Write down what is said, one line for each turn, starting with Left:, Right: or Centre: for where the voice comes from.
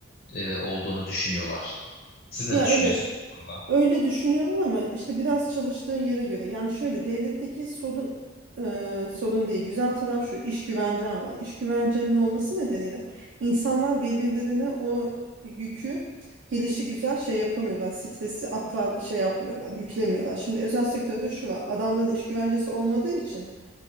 Left: e, olduğunu düşünüyorlar. Siz ne
Right: Ya
Left: düşünüyorsunuz
Right: evet.
Left: bu konuda?
Right: Öyle düşünüyorum ama işte biraz çalıştığın yere göre. Yani şöyle devletteki sorun e, sorun değil. Güzel taraf şu. iş güvencen var. İş güvencenin olması nedeniyle insanlar birbirlerine o yükü gelişi güzel şey yapamıyorlar. Stresi aktar şey yapmıyorlar, yüklemiyorlar. Şimdi özel sektörde şu var. Adamların iş güvencesi olmadığı için